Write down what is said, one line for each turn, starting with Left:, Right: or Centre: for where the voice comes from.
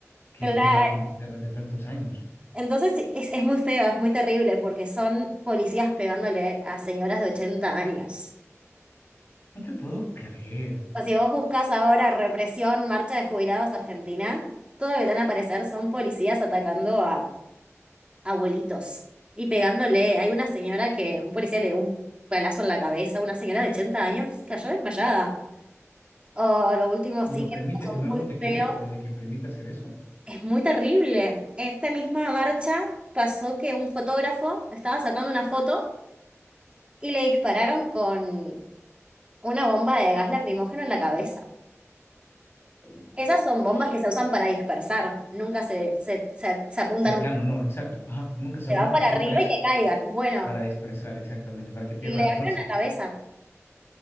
Left: que
Right: claro,
Left: tuvo Argentina durante tantos años.
Right: entonces sí, es, es muy feo, es muy terrible, porque son policías pegándole a señoras de 80 años.
Left: No te puedo creer.
Right: O sea, si vos buscas ahora represión, marcha de jubilados Argentina, todo lo que te van a aparecer son policías atacando a abuelitos y pegándole. Hay una señora que un policía le dio un palazo en la cabeza, una señora de 80 años cayó desmayada. O lo último
Left: y
Right: sí
Left: lo
Right: que
Left: permite
Right: son
Left: firmar
Right: muy
Left: algún decreto
Right: feos
Left: en el que permite hacer eso.
Right: Es muy terrible. Esta misma marcha pasó que un fotógrafo estaba sacando una foto y le dispararon con una bomba de gas lacrimógeno en la cabeza.
Left: Ahí por-
Right: Esas son
Left: pues,
Right: bombas que se usan para dispersar, nunca se, se, se, se apuntan,
Left: Cercano,
Right: un-
Left: no, exacto. Ajá, nunca se
Right: se
Left: apunta,
Right: van para
Left: siempre
Right: arriba
Left: es
Right: y que caigan. Bueno,
Left: para expresar exactamente, para que pierda
Right: le
Left: la fuerza.
Right: abrieron la cabeza